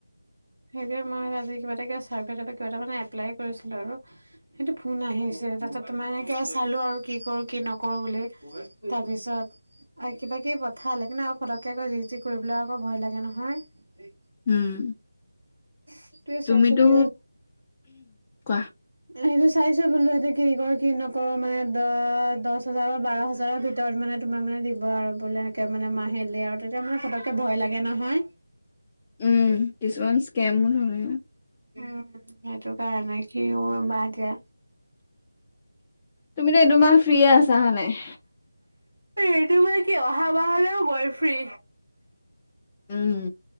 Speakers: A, on the right; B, on the left.
A: সেইয়া মই আজি কিবাটা চাৰ্ভে কিবা টা মানে এপ্লাই কৰিছিলো আৰু সেইটো ফোন আহি আছে তাৰপিছত তোমাৰ এনেকে চালো আৰু কি কৰো কি নকৰো বুলি তাৰপিছত আ কিবা কিবা কিবী পঠালে পটককে আক যি টি কৰিবলৈ আকৌ ভয় লাগে নহয় <unintelligible>
B: উম
A: সেইটোয়ে
B: তুমিতো
A: চাইছোঁ কি
B: কোৱা
A: সেইটো চাইছো বোলো সেইটো কি কৰোঁ কি নকৰো মানে দ দহ হাজাৰ বা বাৰ হাজাৰৰ ভিতৰত মানে তোমাৰ মানে দিব আৰু বোলে একে মানে মাহেলি আৰু তাতে মানে ফটকে ভয় লাগে নহয়
B: উম কিছুমান স্কেমো ধৰে
A: উম সেইটো কাৰণে কি হয় বা এতিয়া
B: তুমিতো এইটো মাহ ফ্ৰী আছা হয় নাই।
A: এইটো মাহ কি অহা মাহলেও মই ফ্ৰী।
B: উম